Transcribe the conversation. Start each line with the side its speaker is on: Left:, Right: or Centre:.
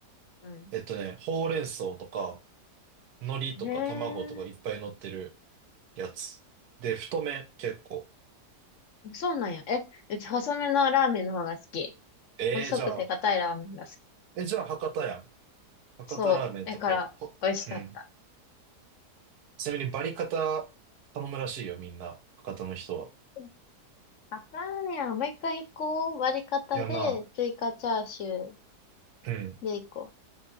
Left: うん。
Right: えっとね、ほうれん草とか、海苔とか卵とかいっぱい乗ってる
Left: へえ、
Right: やつ。で、太麺結構。
Left: そうなんや。え、うち細めのラーメンの方が好き。
Right: えー、
Left: 細くて硬いラーメンが好き。
Right: じゃあ、え、じゃあ博多やん。博多ラーメンとか、
Left: そう。だから、
Right: ほ、
Left: 美味しかった。
Right: うん。ちなみにバリカタ頼むらしいよ、みんな。博多の人は。
Left: うんあかんやん。もう一回こう。割り方で、
Right: いやな、
Left: 追加チャーシュー
Right: うん。
Left: でいこ